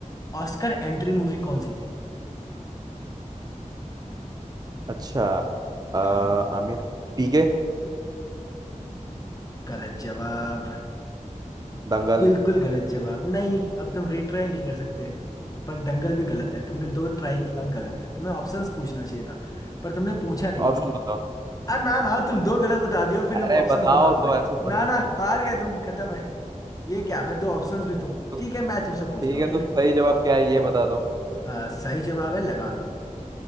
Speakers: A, on the left (about 25°); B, on the right (about 30°).
A: ऑस्कर एंट्री मूवी कौन सी थी
B: अच्छा अ, आमिर
A: हाँ
B: पीके
A: गलत जवाब
B: दंगल
A: बिल्कुल गलत जवाब नहीं अब तुम रिट्राई नहीं कर सकते पर दंगल भी गलत है तुमने दो ट्राई किया गलत है तुम्हें ऑप्शंस पूछना चाहिए था पर तुमने पूछा नहीं
B: ऑप्शन बताओ
A: अरे ना ना तुम दो गलत बता दियो फिर
B: अरे
A: अब ऑप्शंस
B: बताओ
A: बताओ मैं
B: तो ऐसे थोड़ी
A: ना
B: होता
A: ना
B: है
A: हार गए तुम खत्म है ये क्या मैं दो ऑप्शंस भी तुम
B: तो
A: ठीक है मैं तुमसे पूछता
B: ठीक
A: हूँ
B: है
A: ठीक
B: तो
A: है
B: सही जवाब क्या है ये बता दो
A: अ, सही जवाब है लगान